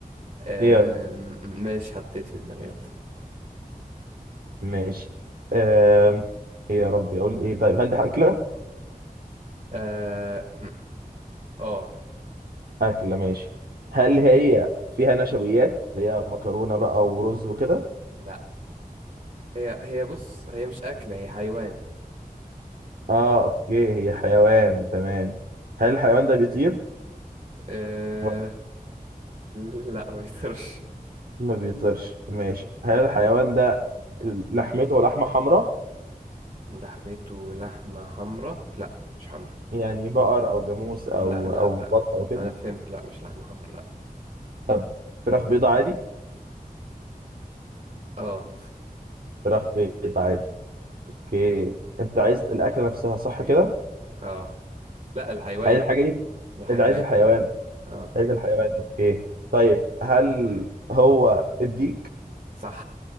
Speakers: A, on the right (about 50°); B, on the right (about 70°).
A: آم،
B: يلا
A: ماشي حطيت في دماغي يلا
B: ماشي آم، ايه يا ربي اقول ايه طيب هل دي اكله
A: اه م- آه.
B: اكله ماشي هل هي فيها نشويات اللي هي مكرونه بقى ورز وكده
A: لا هي هي بص هي مش أكلة هي حيوان
B: اه اوكي هي حيوان تمام هل الحيوان ده بيطير
A: آه...
B: ما
A: لا ما يقدرش
B: ما بيطيرش ماشي هل الحيوان ده لحمته لحمه حمراء
A: لحمته لحمة حمرا لا مش حمرا
B: يعني بقر او جاموس او
A: لا لا
B: او
A: لا
B: بط او كده
A: انا فهمت لا مش لحمة حمرا لا
B: طب فراخ بيضة عادي
A: اه
B: فراخ بيضة عادي اوكي انت عايز الاكله نفسها صح كده
A: اه لا الحيوان
B: هل الحاجه دي
A: الحيوان
B: انت عايز الحيوان
A: اه
B: لقيت الحيوان اوكي طيب هل هو الديك
A: صح